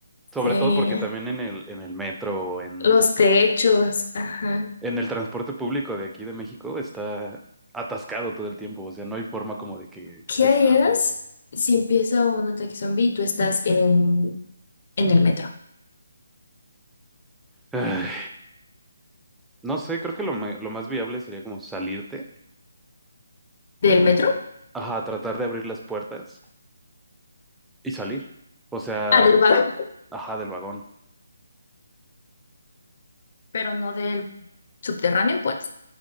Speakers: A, in the centre; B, on the left.
A: Sobre
B: Sí.
A: todo porque también en el, en el metro o en,
B: Los techos, ajá.
A: en el transporte público de aquí de México está atascado todo el tiempo. O sea, no hay forma como de que
B: ¿Qué
A: te
B: harías
A: salves.
B: si empieza un ataque zombie y tú estás en, en el metro?
A: Ay, no sé, creo que lo, ma- lo más viable sería como salirte
B: ¿Del metro?
A: Ajá, tratar de abrir las puertas y salir. O sea,
B: Ah, del vago,
A: ajá, del vagón.
B: pero no del subterráneo, pues,